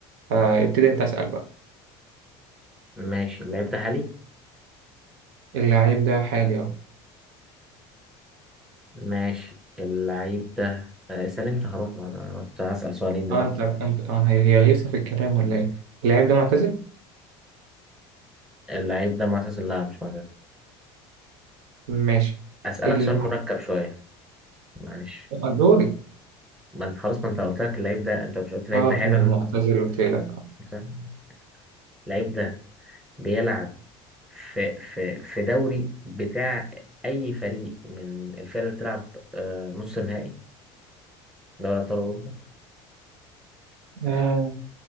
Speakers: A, on the right (about 85°); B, in the centre.
A: فابتدي انت اسال بقى
B: ماشي اللعيب ده حالي
A: اللعيب ده حالي اهو
B: ماشي اللعيب ده آه، اسال انت خلاص ما انا كنت هسال سؤالين دلوقتي
A: اه انت انت اه هي هي غيسه في الكلام ولا ايه اللعيب ده معتزل
B: اللعيب ده معتزل لا مش معتزل
A: ماشي
B: اسالك
A: اللعيب
B: سؤال مركب شويه معلش
A: ده دوري
B: ما انت خلاص ما انت قلت لك اللعيب ده انت مش قلت اللعيب
A: اه
B: ده حالي
A: تمام
B: ولا مت-
A: معتزل قلت لك
B: مت- اللعيب ده بيلعب في في في دوري بتاع اي فريق من الفرق اللي بتلعب آه، نص نهائي دوري ابطال اوروبا
A: آه